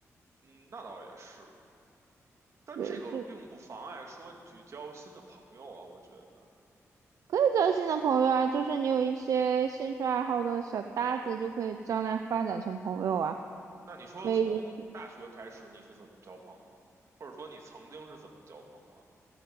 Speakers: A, on the right (about 60°); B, on the right (about 80°).
A: 嗯，那倒也是，但这个并不妨碍说你去交新的朋友啊，
B: 对，是
A: 我觉得。
B: 可以交新的朋友啊，就是你有一些兴趣爱好的小搭子，就可以将来发展成朋友啊。
A: 那你说从大学开始你是怎么交朋友啊？
B: 可以。
A: 或者说你曾经是怎么交朋友啊？